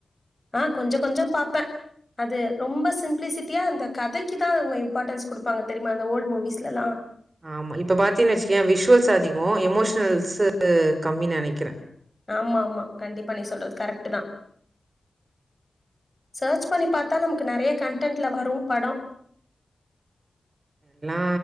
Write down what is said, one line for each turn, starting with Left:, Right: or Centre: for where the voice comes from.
Left: ஆ கொஞ்சொ கொஞ்சொ பாப்பே அது ரொம்ப சிம்பப்ளிசிட்டியா அந்த கதைக்கு தா அவுங்க இம்பார்ட்டன்ஸ் குடுப்பாங்க தெரியுமா அந்த ஓல்டு மூவவிஸ்லல்லா
Right: ஆமா இப்ப பாத்தீன் வச்சிக்கியே விஷுவல்ஸ் அதிகோ எமோஷனல்ஸ்சு கம்மினு நெனக்கிறே
Left: ஆமா ஆமா கண்டிப்பா நீ சொல்றது கரெக்ட் தா சர்ச் பண்ணி பாத்தா நமக்கு நெறைய கன்டென்ட்ல வரும் படோ
Right: எல்லா